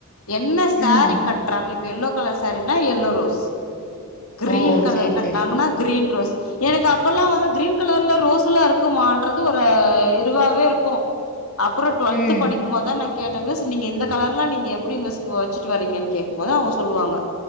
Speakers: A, on the left; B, on the left.
A: என்ன சாரீ
B: ம்
A: கட்றாங்களோ இப்ப எல்லோ கலர் சாரீனா எல்லோ ரோஸ் green
B: ஓ
A: colour
B: sari
A: கட்னாங்கனா
B: sari
A: green rose எனக்கு அப்பல்லா வந்து கிரீன் கலர்ல ரோஸெல்லா இருக்குமான்றது ஒரு இருவாவே இருக்கு அப்பற டுவல்த்து
B: ம்
A: படிக்கும் போதா நா கேட்டன்தா சொன்னிங்க எந்த கலர்லா நீங்க எப்டி மிஸ் பூ வெச்சுட்டு வரிங்கன் கேக்கும்போது அவுங்க சொல்லுவாங்க